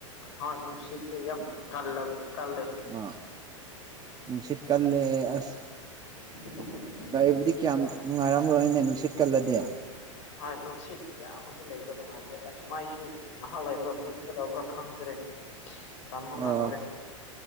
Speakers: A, on the left; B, on the right.
A: ꯍꯣꯏ ꯅꯨꯡꯁꯤꯠ ꯆ ꯀꯜꯂ ꯀꯜꯂꯦ
B: ꯑ ꯅꯪꯁꯤꯠ ꯀꯜꯦ ꯑꯁ
A: <inaudible>
B: ꯑꯩꯕꯨꯗꯤ ꯀꯌꯥꯝ ꯅꯨꯡꯉꯥꯏꯔꯝꯔꯣꯏꯅ ꯅꯨꯡꯁꯤꯠ ꯀꯜꯂꯗꯤꯦ
A: ꯍꯣꯏ ꯅꯨꯡꯁꯤꯠ ꯌꯥꯝꯃꯗꯤ ꯂꯩꯕ ꯅꯨꯡꯉꯥꯏꯇꯦ ꯑꯁ ꯃꯥꯏꯁꯨ ꯉꯥꯏꯍꯥꯛ ꯂꯩꯔꯒ ꯃꯨꯠꯀꯗꯧꯕ꯭ꯔꯥ ꯈꯪꯗ꯭ꯔꯦ ꯇꯝꯕ ꯉꯝꯗ꯭ꯔꯦ
B: ꯑꯣ